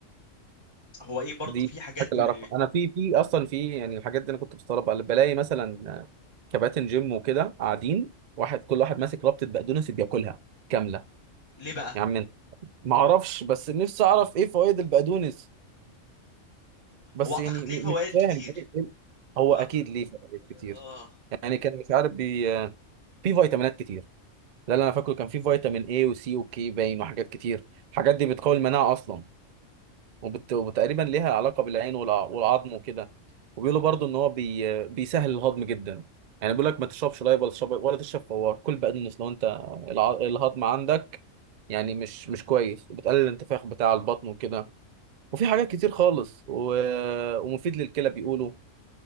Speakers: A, on the left; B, on the right.
A: هو ايه برضو
B: دي
A: في حاجات
B: اكل
A: من
B: اعرف
A: ايه
B: انا في في اصلا في يعني الحاجات دي انا كنت بستغربها بلاقي مثلا آه، كباتن جيم وكده قاعدين واحد كل واحد ماسك ربطه بقدونس بياكلها كامله
A: ليه بقى
B: يا عم انت ما اعرفش بس نفسي اعرف ايه فوائد البقدونس بس
A: هو اعتقد
B: يعني م-
A: ليه فوائد
B: مش
A: كتير
B: فاهم إيه- إيه- هو
A: هو
B: اكيد
A: أعت...
B: ليه فوائد كتير
A: آه.
B: يعني كان مش عارف بي... في فيتامينات كتير لا لا انا فاكره كان في فيتامين اي وسي وكي باين وحاجات كتير الحاجات دي بتقوي المناعه اصلا وبت... وتقريبا ليها علاقه بالعين والع... والعظم وكده وبيقولوا برضو ان هو بي... بيسهل الهضم جدا يعني بيقول لك ما تشربش لايب ولا تشرب ولا تشرب فوار كل بقدونس لو انت الع... الهضم عندك يعني مش مش كويس وبتقلل الانتفاخ بتاع البطن وكده وفي حاجات كتير خالص و... ومفيد للكلى بيقولوا